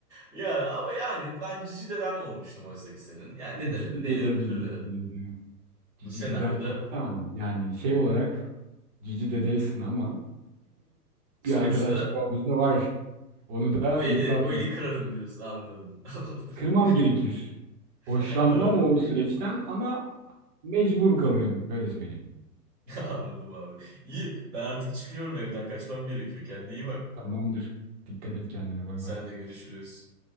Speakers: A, in the centre; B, on the right.
A: Ya ama yani ben cici deden olmuştum oysa ki senin. Yani
B: Cici
A: dedelerin de
B: dedem
A: eli öpülürdü.
B: mi dedi, cici dedem. Cici
A: Bu senaryoda
B: dedem falan. Tamam yani şey olarak cici dedeysin ama
A: sonuçta
B: bir arkadaşlık bağımız da var. Onu da
A: o eli,
B: yıpratmayayım.
A: o eli kırarım diyorsun anladım. <laughs> Anladım.
B: Kırmam gerekir.
A: <laughs>
B: Hoşlanmam
A: Doğru.
B: o süreçten ama mecbur kalırım öyle söyleyeyim.
A: <laughs> Anladım abi. İyi ben artık çıkıyorum evden kaçmam gerekiyor. Kendine iyi bak.
B: Tamamdır. Dikkat et kendine bay
A: Sen
B: bay.
A: de görüşürüz.